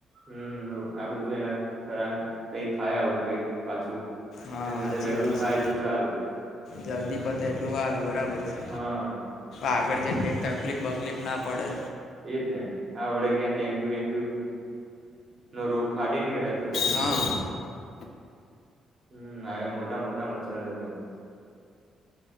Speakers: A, on the right; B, on the left.
A: હમ આ બધું એના <unintelligible> કઈક થાય આવું કઈક પાછું
B: હા
A: વેલું
B: સાચી વાત
A: થાય
B: છે
A: એટલું સારું
B: જલ્દી પતે એટલું હારું બરાબરસે
A: હા
B: આગળ જેમ કઈક થ તકલીપ બકલીફ ના પડે
A: એજને આ વડે ક્યાં ડેન્ગ્યુ વેન્ગ્યુ નો રોગ ફાટી નીકળે તો ક્યા
B: હા
A: શું કેરવા હમ્મ, આયા મોટા મોટા મચ્છર અયા તો.